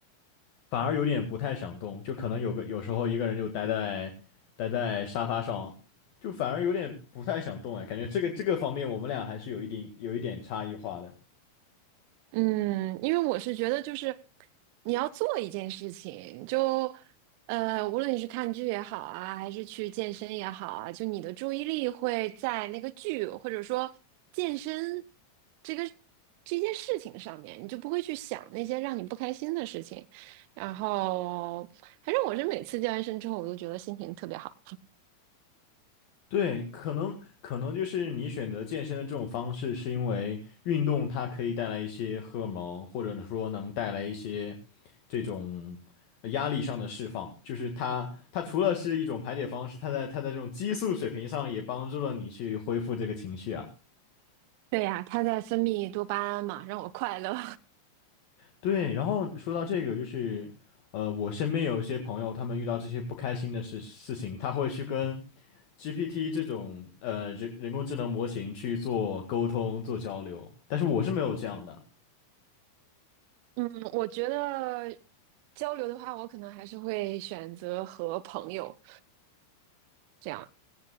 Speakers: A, on the left (about 45°); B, on the right (about 45°).
A: 反而有点不太想动，就可能有个有时候一个人就待在待在沙发上，就反而有点不太想动哎，感觉这个这个方面我们俩还是有一定有一点差异化的。
B: 嗯，因为我是觉得，就是你要做一件事情，就呃，无论你是看剧也好啊，还是去健身也好啊，就你的注意力会在那个剧或者说健身这个这件事情上面，你就不会去想那些让你不开心的事情。然后，反正我是每次健完身之后，我都觉得心情特别好。
A: 对，可能可能就是你选择健身的这种方式，是因为运动它可以带来一些荷尔蒙，或者说能带来一些这种呃压力上的释放。就是它它除了是一种排解方式，它在它在这种激素水平上也帮助了你去恢复这个情绪啊。
B: 对呀，它在分泌多巴胺嘛，让我快乐。
A: 对，然后说到这个，就是呃，我身边有一些朋友，他们遇到这些不开心的事事情，他会去跟 GPT 这种呃人人工智能模型去做沟通、做交流，但是我是没有这样的。
B: 嗯，我觉得交流的话，我可能还是会选择和朋友这样。